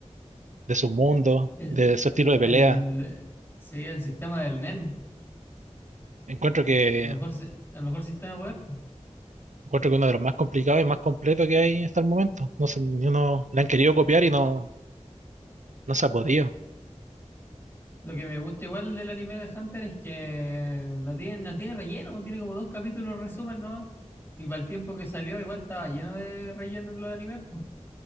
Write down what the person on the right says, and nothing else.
de su mundo,
de su estilo de pelea.
Encuentro que,
encuentro que uno de los más complicados y más completos que hay hasta el momento. No sé, ni uno le
han querido copiar y no, no se ha podido.